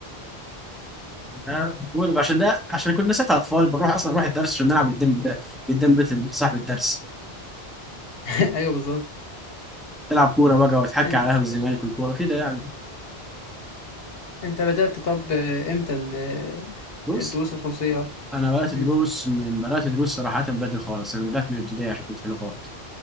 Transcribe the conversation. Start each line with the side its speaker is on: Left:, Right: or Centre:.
Centre: آه، بقول عشان ده عشان كنا ساعتها اطفال بنروح اصلا نروح الدرس عشان نلعب قدام قدام بيت صاحب الدرس
Left: <laughs> أيوه بالظبط
Centre: نلعب كوره بقى واتحكى
Left: إن-
Centre: على قهوه الزمالك والكوره كده يعني
Left: أنت بدأت طب إمتى ال-
Centre: دروس
Left: الدروس الخصوصية؟
Centre: انا بدات
Left: مم.
Centre: دروس من بدات دروس صراحه بدري خالص انا بدات من الابتدائي عشان كنت في لغات